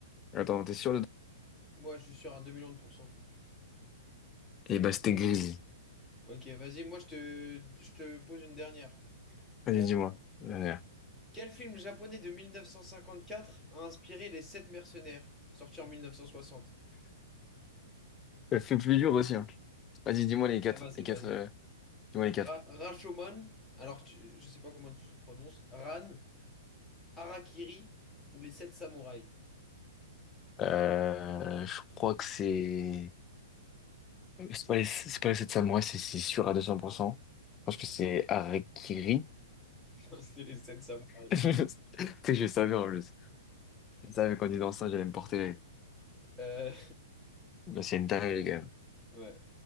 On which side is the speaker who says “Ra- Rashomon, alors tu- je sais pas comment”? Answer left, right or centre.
Centre